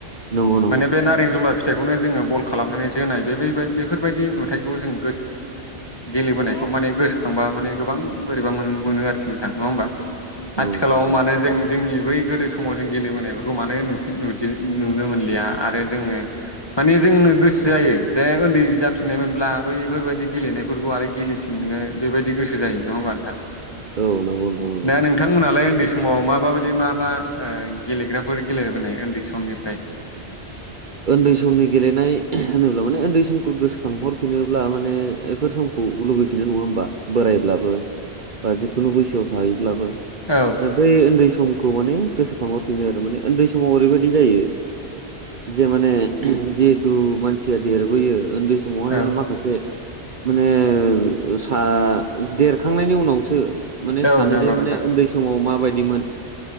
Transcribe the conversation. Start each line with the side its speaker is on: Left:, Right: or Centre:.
Right: नंगौ नंगौ औ नंगौ नोंथां नंगौ औ नंगौ
Left: माने बे नारें जुमरा फिथाइखौनो जोङो बल खालामनानै जोनाय बे बेफोरबायदि नुथायखौ जों गेलेबोनायखौ माने गोसोखांबा माने गोबां बोरैबा मोनो आरोखि नोंथां नङा होमबा आथिखालाव
Right: नोंथां नंगौ
Left: मानो जों जोंनि बै गोदो समाव जों गेलेबोनायफोरखौ मानो निनु नुनो मोनलिया आरो जोङो माने जोंनो गोसो जायो। बे उन्दै जाफिननायमोनब्ला बैफोरबायाददि गेलेनायफोरखौ आरो गेलेफिन नोङो बेबायदि गोसो जायो नङा होमबा नोंथां? <inaudible>
Right: औ नंगौ नथां नंगौमोन।
Left: दा नोंथांमोनालाय उन्दै समाव मा माबायदि मा मा गेलेग्राफोर गेलेबोनाय उन्दै समनिफ्राय?
Right: उन्दै समनि गेलेनाय होनोब्ला माने उन्दै समखौ गोसोखांहरफिनो ब्ला माने बेफोर समखौ लुबैफिनाय नङा होमबा बोराय अब्लाबो जिखुनु बैसोआव थायोब्लाबो
Left: औ
Right: बे उन्दै समखौ माने गोसोखांबाफिनो आरो माने उन्दै समाव ओरैबायदि जायो। जे माने जिहेथु मानसिया देरबोयो उन्दै समावहाय
Left: औ
Right: माने माखासे माने सा देरखांनायनि उनावसो माने
Left: औ
Right: सानो
Left: नंगौ
Right: जे माने
Left: नोंथां
Right: उन्दै समाव माबायदिमोन